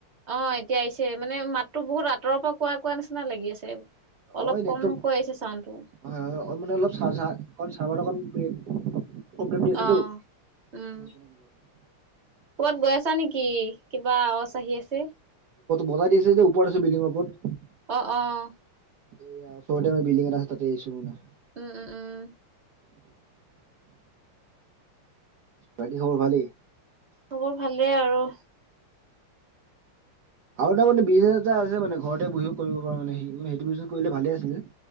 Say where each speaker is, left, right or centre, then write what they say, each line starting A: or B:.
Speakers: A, on the right (about 35°); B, on the right (about 55°).
A: অহ, এতিয়া আহিছে মানে মাততো বহুত আঁতৰৰ পৰা কোৱা -কোৱা নিচিনা লাগি আছে। অলপ
B: অহ, নেটৱৰ্ক
A: কমকৈ
B: হয়',
A: আহিছে চাউণ্ডটো
B: হয় ', মানে অলপ <unintelligible> প্ৰব্লেম দি আছে
A: অ
B: টো
A: উম
B: <unintelligible>
A: ক'বাত গৈ আছা নেকি কিবা আৱাচ আহি আছে?
B: বজাই দি আছে যদি ওপৰত আছে বিল্ডিঙৰ ওপৰত।
A: অ', অ',
B: এইয়া ওচৰতে মানে বিলডিং এটা আছে তাতে আহিছো মানে।
A: উম, উম, উম
B: বাকী খবৰ ভালেই?
A: খবৰ ভালেই আৰু।
B: আৰু এটা মানে বিজনেছ এটা আছে মানে ঘৰতে বহিও কৰিব পৰা মানে হি মানে সেইটো বিজনেছ কৰিলে ভালে আছিলে।